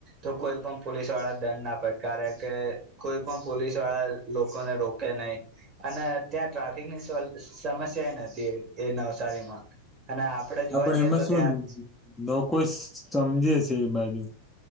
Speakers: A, on the right; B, in the centre.
A: તો કોઈ પણ પોલીસ વાળા દંડ ના ફટકારે. કે કોઈ પણ પોલીસ વાળા લોકોને રોકે નહીં અને ત્યાં ટ્રાફિક ની સમસ્યા એ નથી નવસારીમાં. અને આપડે જોવા
B: આપણ
A: જઈએ
B: એમાં
A: તો
B: શું
A: ત્યાં
B: લોકો સમજે? છે, એ બાજુ,